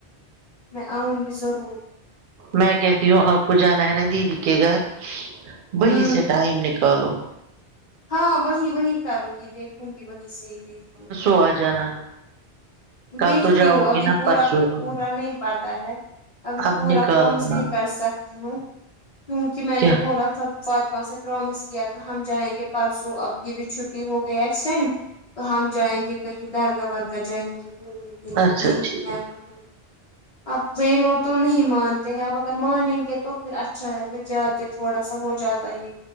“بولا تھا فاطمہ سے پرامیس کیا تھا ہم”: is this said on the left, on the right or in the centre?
Left